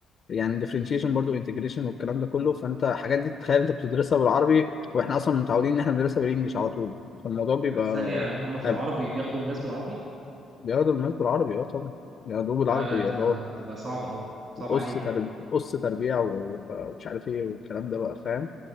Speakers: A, on the left; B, on the right.
A: يعني ديفرنشيشن برضو انتجريشن والكلام ده كله فانت الحاجات دي تتخيل انت بتدرسها بالعربي واحنا اصلا متعودين ان احنا بندرسها بالانجلش على طول فالموضوع بيبقى
B: لا ثانية إن هما في العربي
A: أب-
B: بياخدوا الماس بالعربي
A: بياخدوا الماس بالعربي اه طبعا بياخدوه بالعربي
B: لا لا تبقى
A: اللي هو
B: تبقى صعبة أوي صعب
A: قص
B: عليك
A: تربيع
B: يعني
A: قص تربيع و- ومش عارف ايه والكلام ده بقى فاهم